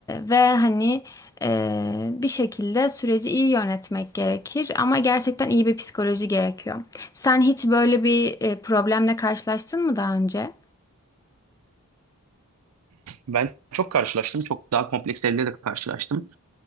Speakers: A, on the left; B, on the right.
A: ve hani ee, bir şekilde süreci iyi yönetmek gerekir ama gerçekten iyi bir psikoloji gerekiyor. Sen hiç böyle bir e, problemle karşılaştın mı daha önce?
B: Ben çok karşılaştım. Çok daha kompleks de karşılaştım.